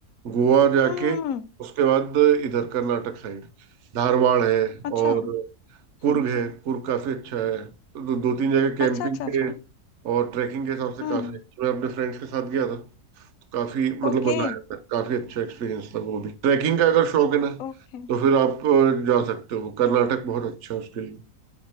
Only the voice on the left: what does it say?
हम्म
अच्छा
हम्म
अच्छा अच्छा अच्छा
हम्म
ओके
ओके